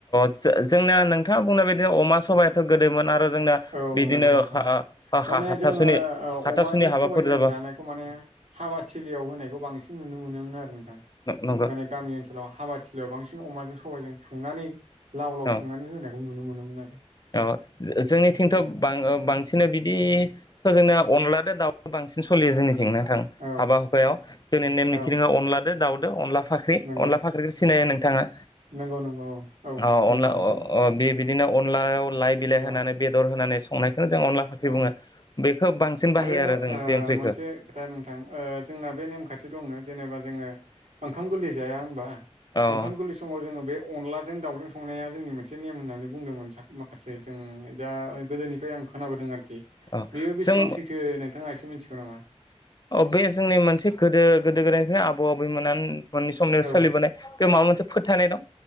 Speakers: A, on the left; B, on the right.
A: जो जोंनिया नोंथाङा बुंनाय बायदिनो अमा सबायाथ' गोदोमोन आरो जोंना
B: औ
A: बिदिनो
B: नंगौ नोंथां
A: हाथासुनि
B: माने जोङो
A: हाथासुनि
B: अमाजों
A: हाबाफोर
B: सबाइजों
A: जाबा
B: जानायखौ माने हाबा थिलियाव होनायखौ बांसिन नुनो मोनोमोन आरो थां
A: नंगौ
B: माने गामि ओनसोलाव हाबाथिलियाव बांसिन अमाजों सबायजों संनानै लाव लाव
A: औ
B: संनानै होनायखौ नुनो मोनोमोन आरो
A: औ जो जोंनिथिंथ' बांसिन बिदि थ' जोंना अनला दाउ बांसिन सलियो जोंनि थिं नोंथां
B: औ
A: हाबा हुखायाव जोंनि नेम
B: औ
A: निथिङो
B: औ
A: अनला दो दाउदो अनला फाख्रि
B: नंगौ
A: अनला फाख्रिखौ सिनायो नोंथाङा
B: नंगौ नंगौ औ औ
A: अ
B: सिनायगौ
A: अनला
B: नोंथां
A: बे बिदिनो अनलायाव लाइ बिलाइ होनानै
B: औ
A: बेदर होनानै संनायखौ अनला फाख्रि
B: औ
A: बुङो बेखौ बांसिन बाहायो
B: आरो ओ
A: जोङो बे ओंख्रिखौ
B: मोनसे खोथा नोंथां ओ जोंना बे नेम खाथि दंना जेनेबा जोङो ओंखाम गोरलै जाया होनबा
A: औ
B: ओंखाम गोरलै समाव जोङो बे अनलाजों दाउजों संनाया जोंनि मोनसे नेम होननानै बुंदोंमोन माखासे जों दा गोदोनिफ्राय आं खोनाबोदों आरोखि
A: औ
B: बेयो बेसेबां
A: जों
B: सैथो नोंथाङा एसे मिथिगौ नामा
A: अ बे जोंनि मोनसे गोदो गोदो गोदायनिफ्राय आबौ आबैमोनानो मोननि समनिफ्राय
B: औ
A: सोलिबोनाय बे माबा मोनसे फोथायनाय दं